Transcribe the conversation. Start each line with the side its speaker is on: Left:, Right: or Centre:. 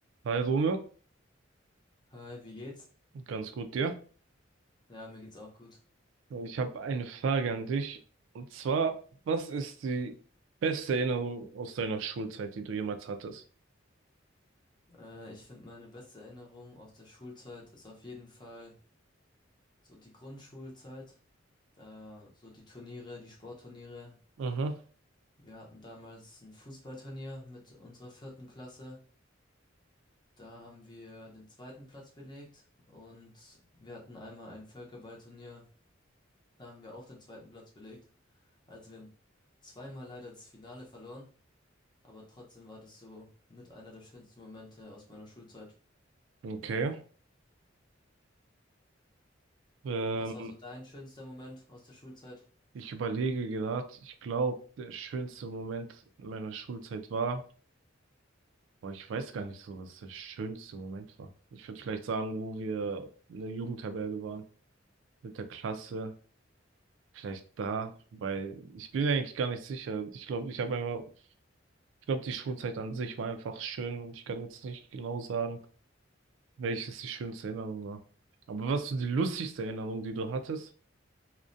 Right: Hi Rome,
Left: Hi, wie geht's?
Right: ganz gut dir.
Left: Ja, mir geht's auch gut.
Right: Ich habe eine Frage an dich. Und zwar, was ist die beste Erinnerung aus deiner Schulzeit, die du jemals hattest?
Left: Äh, ich finde, meine beste Erinnerung aus der Schulzeit ist auf jeden Fall so die Grundschulzeit. Da so die Turniere, die Sportturniere.
Right: Mhm.
Left: Wir hatten damals ein Fußballturnier mit unserer vierten Klasse. Da haben wir den zweiten Platz belegt und wir hatten einmal ein Völkerballturnier. Da haben wir auch den zweiten Platz belegt. Also wir haben zweimal leider das Finale verloren, aber trotzdem war das so mit einer der schönsten Momente aus meiner Schulzeit.
Right: Okay. Ähm,
Left: Was war so dein schönster Moment aus der Schulzeit?
Right: ich überlege gerade, ich glaube, der schönste Moment meiner Schulzeit war, boah, ich weiß gar nicht so, was der schönste Moment war. Ich würde vielleicht sagen, wo wir in der Jugendherberge waren, mit der Klasse. Vielleicht da, weil ich bin mir eigentlich gar nicht sicher. Ich glaube, ich habe einfach Ich glaube, die Schulzeit an sich war einfach schön und ich kann jetzt nicht genau sagen, welches die schönste Erinnerung war. Aber was so die lustigste Erinnerung, die du hattest?